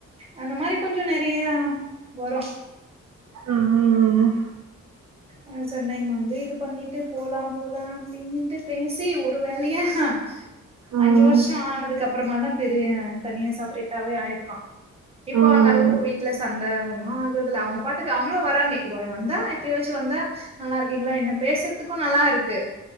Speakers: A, on the right; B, on the right.
A: அந்த மாரி கொஞ்சோ நெறையா வரு
B: ம் ம்
A: அ சென்னைக்கு வந்து இது பண்ணிட்டு போலா போலா அப்டின்னுட்டு பேசி ஒரு வேலையா ஆ
B: ம்
A: அஞ்சு வருஷம் ஆனதுக்குப்பறமா தா பெரிய தனியா செப்பரேட்டாவே ஆயிருக்கோ இப்போ
B: ம்
A: அந்த அளவுக்கு வீட்ல சண்டை ஒன்னு ஆகுறதில்ல அவுங்க பாட்டுக்கு அவுங்களு வராங்க இப்ப வந்தா எப்பயாச்சு வந்தா நல்லா இருக்கீங்களா என்ன பேசுறதுக்கு நல்லா இருக்கு